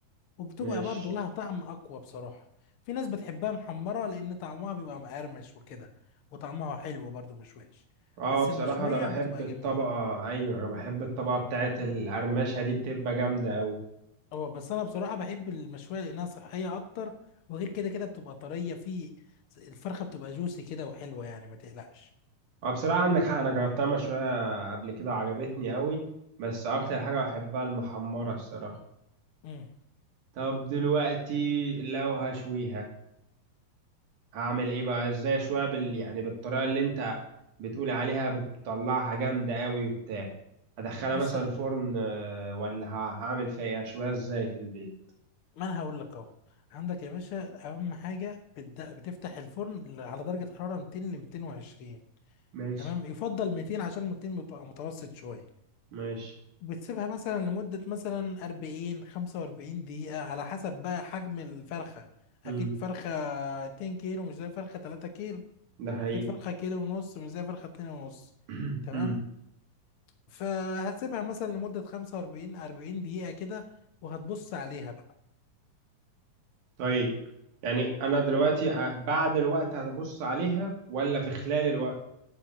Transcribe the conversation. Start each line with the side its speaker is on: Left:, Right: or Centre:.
Left: وبتبقى
Right: ماشي
Left: برضه لها طعم اقوى بصراحه في ناس بتحبها محمره لان طعمها بيبقى مقرمش وكده وطعمها حلو برضه مش وحش
Right: اه
Left: بس
Right: بصراحه
Left: المشويه
Right: انا بحب
Left: بتبقى
Right: الطبقه
Left: جميله
Right: ايوه انا بحب الطبقه
Left: امم
Right: بتاعت القرمشه دي بتبقى جامده قوي
Left: هو بس انا بصراحه بحب المشويه لانها صحيه اكتر وغير كده كده بتبقى طريه في الفرخه بتبقى جوسي كده وحلوه يعني ما تقلقش
Right: اه بصراحه عندك حق انا جربتها مشويه قبل كده وعجبتني قوي بس اكتر حاجه بحبها المحمره الصراحه
Left: امم
Right: طب دلوقتي لو هشويها اعمل ايه بقى ازاي شويه بال يعني بالطريقه اللي انت بتقول عليها بتطلعها جامده قوي وبتاع هدخلها
Left: بص
Right: مثلا الفرن آه، ولا ه- هعمل فيها إيه؟ شويه ازاي في البيت
Left: ما انا هقول لك اهو عندك يا باشا اهم حاجه بتد... بتفتح الفرن ل- على درجه حراره 200 ل 220
Right: ماشي
Left: تمام يفضل 200 عشان 200 بتبقى متوسط شويه
Right: ماشي
Left: بتسيبها مثلا لمده مثلا 40 45 دقيقه على حسب بقى حجم الفرخه اكيد
Right: امم
Left: فرخه 2 كيلو مش زي فرخه 3 كيلو
Right: ده حقيقي
Left: اكيد فرخه كيلو ونص مش زي فرخه 2 ونص
Right: <clears throat>
Left: تمام
Right: امم
Left: فهتسيبها مثلا لمده 45 40 دقيقه كده وهتبص عليها بقى.
Right: طيب يعني انا دلوقتي آه، بعد الوقت هبص عليها ولا في خلال الوقت